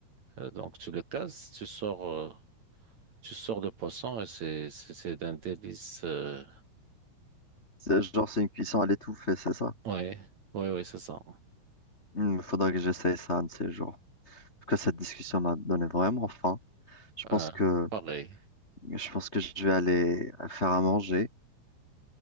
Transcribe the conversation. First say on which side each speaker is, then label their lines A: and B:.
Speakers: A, on the right; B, on the left.
A: Euh, donc tu le casses, tu sors, euh, tu sors le poisson et c'est, c'est c'est d'un délice. euh,
B: c'est genre, c'est une cuisson à l'étouffée, c'est ça?
A: ouais, ouais, ouais, c'est ça.
B: Il faudrait que j'essaye ça un de ces jours. En tout cas, cette discussion m'a donné vraiment faim. Je
A: Ah,
B: pense que
A: pareil.
B: je pense que je vais aller faire à manger